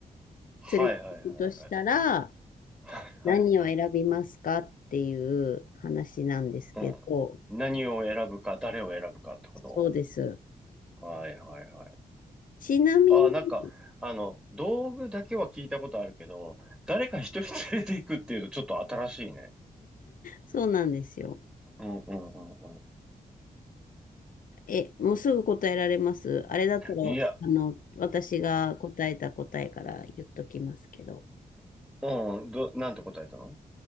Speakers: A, in the centre; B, on the left.
A: はいはいはいはい。
B: 連れていくとしたら、
A: はいはい。
B: 何を選びますかっていう話なんですけど、
A: うん。何を選ぶか、誰を選ぶかってこと。
B: そうです。
A: はいはいはい。
B: ちなみに、
A: ああ、なんか、あの、道具だけは聞いたことあるけど、誰か一人連れていくっていうとちょっと新しいね。
B: そうなんですよ。
A: うんうんうんう
B: え、もうすぐ答えられます。あれだったら、
A: ん。いや、
B: あの、私が答えた答えから言っときますけど。
A: うん、ど、なんて答えたの